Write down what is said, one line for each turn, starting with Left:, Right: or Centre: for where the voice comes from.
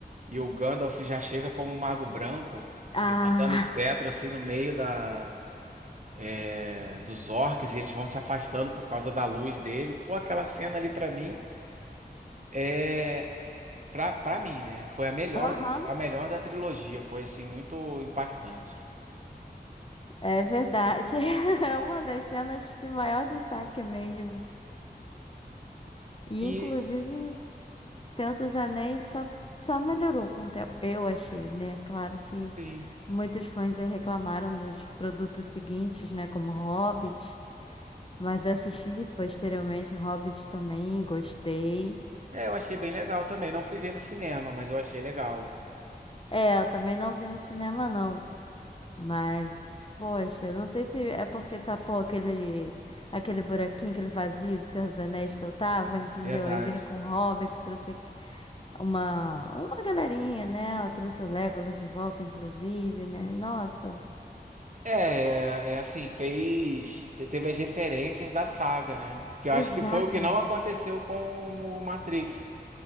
Right: E o Gandalf já chega como um mago branco,
Left: Ah,
Right: levantando o cetro assim no meio da, é, dos orcs e eles vão se afastando por causa da luz dele. Pô, aquela cena ali pra mim é pra, pra mim, né? Foi a melhor
Left: <laughs> aham,
Right: do- a melhor da trilogia, foi assim muito impactante.
Left: é verdade. <laughs> É uma das cenas de maior destaque mesmo. E,
Right: E
Left: inclusive, Senhor dos Anéis só, só melhorou com o tempo, eu achei, né? Claro que
Right: sim,
Left: muitos fãs aí reclamaram dos produtos seguintes, né? Como Hobbit, mas assisti posteriormente Hobbit também, gostei.
Right: é, eu achei bem legal também. Não fui ver no cinema, mas eu achei legal.
Left: É, eu também não vi no cinema, não. Mas, poxa, não sei se é porque tapou aquele, aquele buraquinho, aquele vazio do Senhor dos Anéis que eu tava, entendeu?
Right: Verdade.
Left: Aí veio com o Hobbit, trouxe uma, uma galerinha, né? Eu trouxe o Legolas de volta, inclusive, né? Nossa,
Right: É, é, é assim, fez. te- Teve as referências da saga, né? Que eu
Left: exatamente.
Right: acho que foi o que não aconteceu com o Matrix,